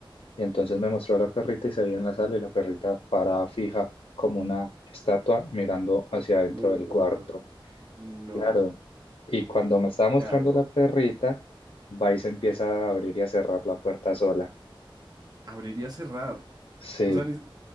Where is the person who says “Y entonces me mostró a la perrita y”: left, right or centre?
Left